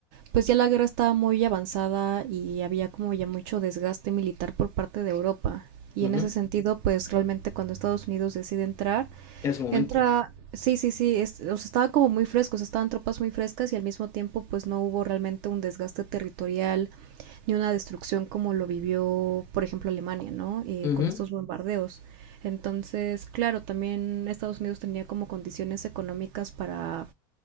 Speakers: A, on the right; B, on the left.
A: pues ya la guerra estaba muy avanzada y había como ya mucho desgaste militar por parte de Europa. Y
B: Ujú.
A: en ese sentido, pues realmente cuando Estados Unidos decide entrar,
B: en su momento.
A: entra, sí, sí, sí, es, o sea, estaban como muy frescos, estaban tropas muy frescas y al mismo tiempo pues no hubo realmente un desgaste territorial ni una destrucción como lo vivió, por ejemplo, Alemania, ¿no? Eh,
B: Ujú,
A: con estos bombardeos. Entonces, claro, también Estados Unidos tenía como condiciones económicas para